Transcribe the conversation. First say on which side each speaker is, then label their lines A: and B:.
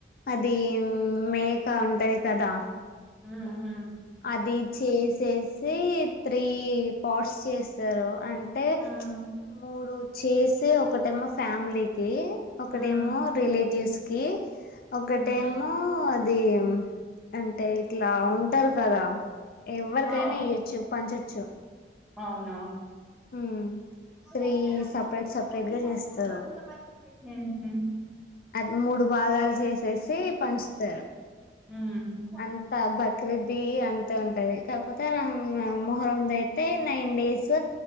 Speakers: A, on the left; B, in the centre.
A: అది మేక ఉంటది కదా
B: మ్మ్ మ్మ్
A: అది చేసేసి త్రీ పాట్స్ చేస్తారు అంటే
B: హ్మ్. హ్మ్.
A: మూడు చేసి ఒకటెమో ఫ్యామిలీకి ఒకటేమో
B: హ్మ్.
A: రిలేటివ్స్ కీ ఒకటేమో
B: హ్మ్.
A: ది అంటే ఇట్లా ఉం టరు కదా ఎవ్వరికైనా
B: అవు
A: ఇయ్యొచ్చు పంచొచ్చు
B: అవునా
A: ఉమ్
B: ఉహు
A: త్రీ సపరేట్ సపరేట్ గా చేస్తారు అ మూడు భాగాలు చేసేసి పంచుతరు
B: హ్మ్. హ్మ్.
A: అంత బక్రీది అంతే ఉంటది కాకపోతే అలా అహ్ ఆ మొహరం అయితే నైన్ డేస్